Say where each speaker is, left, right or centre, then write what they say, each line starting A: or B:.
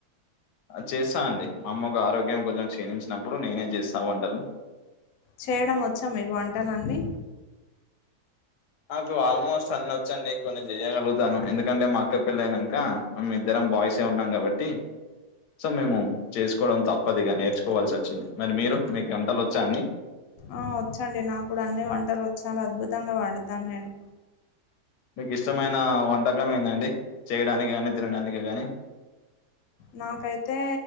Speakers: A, on the left; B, on the left.
A: చేస్తా అండి మా అమ్మకు ఆరోగ్యం కొంచెం క్షీణించినప్పుడు నేనే చేస్తా వంటలు
B: చేయడం వచ్చా మీకు వంటలన్నీ
A: నాకు ఆల్మోస్ట్ అన్ని వచ్చండి కొన్ని చేయగలుగుతాను ఎందుకంటే మా అక్క పెళ్లి అయినాక మేము ఇద్దరం బాయ్స్ ఉన్నాం కాబట్టి సో మేము చేసుకోవడం తప్పదిగా నేర్చుకోవాల్సి వచ్చింది మరి మీరు మీకు వంటలు వచ్చా అన్ని
B: ఆ వచ్చండి నా కూడా అన్ని వంటలు చాలా అద్భుతంగా వండుతాను నేను
A: మీకు ఇష్టమైన వంటకం ఏందండి చేయడానికి కాని తినడానికి కానీ
B: నాకైతే